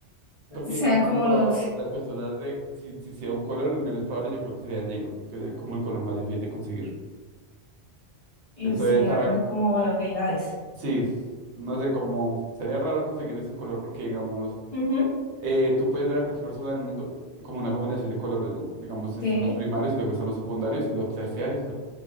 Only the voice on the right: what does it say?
porque
digamos,
lo-
las personas de, si, si sea un color, el menos probable yo creo que sería el negro, que es como el color más difícil de conseguir.
Entonces,
para,
sí, no sé, como sería raro conseguir ese color porque, digamos,
eh, tú puedes ver a cualquier persona del mundo como una combinación de colores, ¿no? Digamos, están
los primarios y luego están los secundarios y los terciarios.